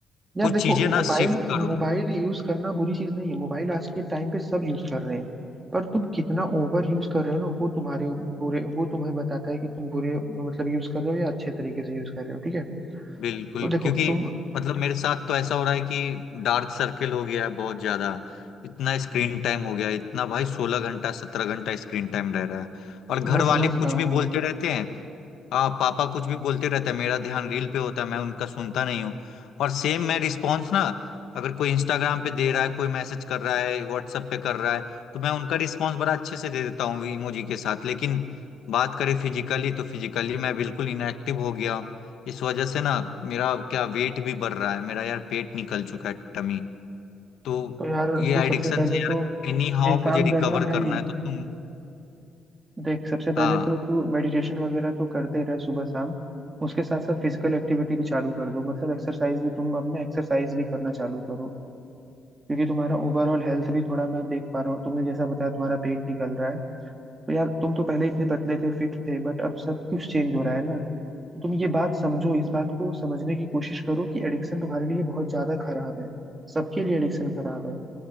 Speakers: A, on the right; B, on the left.
A: यार
B: कुछ
A: देखो
B: चीजें ना
A: मोबाइल
B: शिफ्ट करूँ
A: मोबाइल यूज करना बुरी चीज नहीं है मोबाइल आज के टाइम पे सब यूज कर रहे हैं पर तुम कितना ओवर यूज कर रहे हो ना वो तुम्हारे उ- बुरे वो तुम्हें बताता है कि तुम बुरे मतलब यूज कर रहे हो या अच्छे तरीके से यूज कर रहे हो ठीक है
B: बिल्कुल
A: तो देखो
B: क्योंकि
A: तुम
B: मतलब मेरे साथ तो ऐसा हो रहा है कि डार्क सर्किल हो गया है बहुत ज्यादा इतना स्क्रीन टाइम हो गया है, इतना भाई सोलह घंटा सत्रह घंटा स्क्रीन टाइम रह रहा है और घर
A: मैं
B: वाले
A: समझ
B: कुछ
A: रहा हूँ
B: भी बोलते रहते हैं हाँ पापा कुछ भी बोलते रहते हैं मेरा ध्यान रील पे होता है मैं उनका सुनता नहीं हूँ और सेम मैं रिस्पॉन्स ना अगर कोई इंस्टाग्राम पे दे रहा है कोई मैसेज कर रहा है व्हाट्सएप पे कर रहा है तो मैं उनका रिस्पॉन्स बड़ा अच्छे से दे देता हूँ इमोजी के साथ लेकिन बात करें फिजिकली तो फिजिकली मैं बिल्कुल इनएक्टिव हो गया इस वजह से ना मेरा क्या वेट भी बढ़ रहा है मेरा यार पेट निकल चुका है टमी तो
A: तो यार
B: ये
A: तू सबसे
B: एडिक्शन
A: पहले
B: से यार
A: तो
B: एनी हाउ
A: एक
B: मुझे
A: काम
B: रिकवर
A: करना भाई
B: करना है तो तुम
A: देख सबसे पहले
B: हाँ
A: तो तू मेडिटेशन वगैरह तो करते रहे सुबह शाम उसके साथ साथ फिजिकल एक्टिविटी भी चालू कर दो मतलब एक्सरसाइज भी तुम अपने एक्सरसाइज भी करना चालू करो क्योंकि तुम्हारा ओवरऑल हेल्थ भी थोड़ा मैं देख पा रहा हूँ तुमने जैसा बताया तुम्हारा पेट निकल रहा है तो यार तुम तो पहले इतने पतले थे फिट थे बट अब सब कुछ चेंज हो रहा है ना तो तुम ये बात समझो इस बात को समझने की कोशिश करो कि एडिक्शन तुम्हारे लिए बहुत ज्यादा खराब है सबके लिए एडिक्शन खराब है